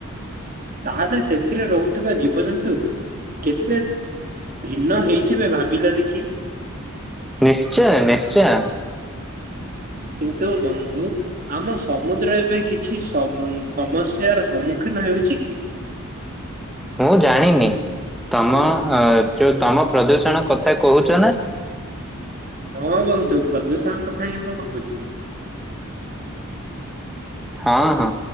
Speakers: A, on the right (about 40°); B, in the centre.
A: ତାହେଲେ ସେଥିରେ ରହୁଥିବା ଜୀବଜନ୍ତୁ କେତେ ଭିନ୍ନ ହେଇଥିବେ ଭାବିଲ ଦେଖି।
B: ନିଶ୍ଚୟ ନିଶ୍ଚୟ।
A: କିନ୍ତୁ ବନ୍ଧୁ ଆମ ସମୁଦ୍ର ଏବେ କିଛି ସମ ସମସ୍ୟାର ସମ୍ମୁଖୀନ ହେଉଛି କି?
B: ମୁଁ ଜାଣିନି, ତମ ଯୋଉ ତମ ପ୍ରଦୂଷଣ କଥା କହୁଛ ନା।
A: ହଁ ବନ୍ଧୁ ପ୍ରଦୂଷଣ କଥା ହିଁ ମୁଁ କହୁଛି।
B: ହଁ ହଁ।